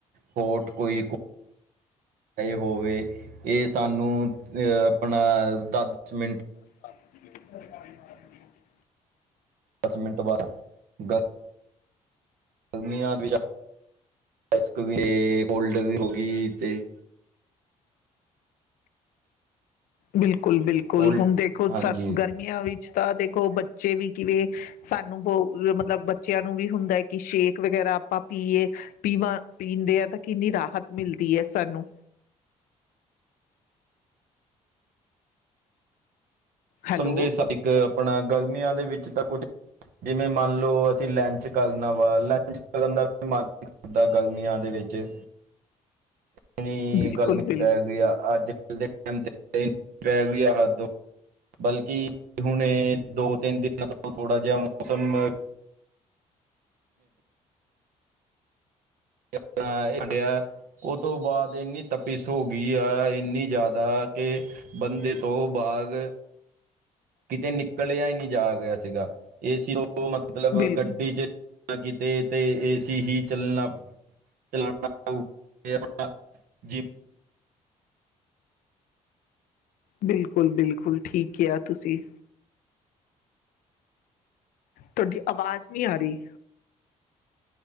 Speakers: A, on the right; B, on the left.
A: ਕੋਟ, ਕੋਈ ਕੋ ਹੋਵੇ ਇਹ ਸਾਨੂੰ ਅ, ਆਪਣਾ ਦਸ ਮਿੰਟ
B: ਹਾਂਜੀ। <unintelligible>
A: ਦਸ ਮਿੰਟ, ਬਾਰਾ ਗਲ ਗਰਮੀਆਂ'ਚ ਨੇਸਕਵੇ, ਕੋਲਡ ਵੀ ਹੋ ਗਈ ਤੇ
B: ਬਿਲਕੁੱਲ-ਬਿਲਕੁੱਲ,
A: ਕੋਲਡ
B: ਹੁਣ ਦੇਖੋ
A: ਹਾਂਜੀ।
B: ਸਾ ਗਰਮੀਆਂ ਵਿੱਚ ਤਾ ਦੇਖੋ, ਬੱਚੇ ਵੀ ਕਿਵੇਂ ਸਾਨੂੰ ਬਹੁ, ਮਤਲਬ ਬੱਚਿਆਂ ਨੂੰ ਵੀ ਹੁੰਦਾ ਕਿ ਸ਼ੇਕ ਵਗੈਰਾ ਆਪਾ ਪੀਏ। ਪੀਵਾਂ, ਪੀਂਦੇ ਆ ਤਾਂ ਕਿੰਨੀ ਰਾਹਤ ਮਿਲਦੀ ਹੈ, ਸਾਨੂੰ। ਹੈਲੋ।
A: ਸਮ ਦੇ <inaudible> ਹਿਸਾਬ ਇੱਕ ਆਪਣਾ ਗਰਮੀਆਂ ਦੇ ਵਿੱਚ ਤਾਂ ਕੁਝ ਜਿਵੇਂ ਮੰਨਲੋ ਅਸੀ ਲੇਂਚ ਕਰਨਾ ਵਾ, ਲੰਚ ਕਰਨ ਦਾ ਵੀ ਮਨ ਨੀ ਕਰਦਾ, ਗਰਮੀਆਂ ਦੇ ਵਿੱਚ। ਇਨੀ
B: ਬਿਲਕੁਲ
A: ਗਰਮੀ
B: ਬਿਲ
A: ਪੈ ਗਈ ਆ ਅੱਜ-ਕੱਲ ਦੇ <inaudible> ਟਾਇਮ ਤੇ <inaudible> ਹੱਦ ਬਲਕਿ ਹੁਣੇ, ਦੋ-ਤਿੰਨ ਦਿਨਾਂ ਤੋਂ ਥੋੜਾ ਜਿਹਾ ਮੌਸਮ ਆਪਣਾ ਖਾ ਆਂਡੇਆ ਉਹ ਤੋਂ ਬਾਅਦ ਇੰਨੀ ਤਪੀਸ ਹੋਗੀ ਆ, ਇੰਨੀ ਜ਼ਿਆਦਾ, ਕਿ ਬੰਦੇ ਤੋਂ ਬਾਅਦ, ਕਿਤੇ ਨਿਕਲਿਆ ਹੀ ਨਹੀਂ ਜਾ ਗਿਆ ਸੀਗਾ। ਏਸੀ ਤੋਂ ਮਤਲਬ,
B: ਬਿਲ
A: ਗੱਡੀ'ਚ ਕੀਤੇ ਤੇ ਏਸੀ ਹੀ ਚੱਲਣਾ ਚਲਾਣਾ ਆਪਣਾ <unintelligible> ਜਿਵੇਂ
B: ਬਿਲਕੁਲ-ਬਿਲਕੁਲ, ਠੀਕ ਕਿਹਾ ਤੁਸੀ। ਤੁਹਾਡੀ ਆਵਾਜ਼ ਨੀ ਆ ਰਈ।